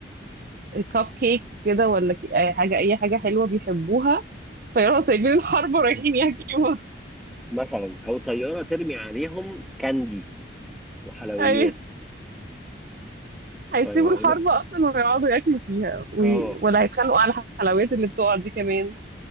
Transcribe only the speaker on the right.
كاب كيكس كده ولا ك- اي حاجه اي حاجه حلوه بيحبوها فيروحوا سايبين الحرب ورايحين ياكلوا
ايوه هيسيبوا
الحرب اصلا ويقعدوا ياكلوا فيها وي...
ولا هيتخانقوا على الحلويات اللي بتقع دي كمان